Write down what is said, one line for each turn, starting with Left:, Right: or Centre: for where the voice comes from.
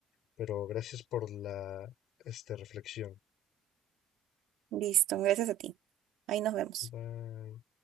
Left: Pero gracias por la, este, reflexión.
Right: Listo, gracias a ti. Ahí nos vemos.
Left: Bye.